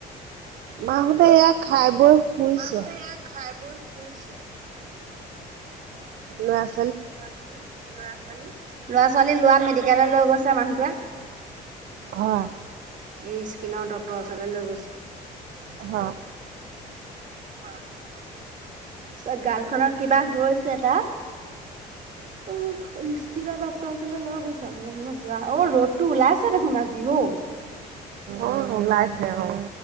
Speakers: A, on the right; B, on the right.
A: মাহঁতে এয়া খাই বৈ শুইছে।
B: মাহতে এয়া খা খাই বৈ শুইছে।
A: লৰাছ
B: বাকি, ল'ৰা- ছোৱালী? ল'ৰা- ছোৱালী লোৱা আমি দে কেলে লৈ গৈছে মানুহটোৱে।
A: হয়।
B: এই স্কিনৰ ডক্তৰ ওচৰলৈ লৈ গৈছ
A: হ।
B: হ, ছ গালখনত কিবা হৈছে এটা। অ, ইস্কিন ডক্তৰ ওচৰলৈ লৈ গৈছে, <unintelligible> যোৱা, অ ৰ'দটো ওলাইছে দেখোন আজি অ।
A: অ ওলাইছে অ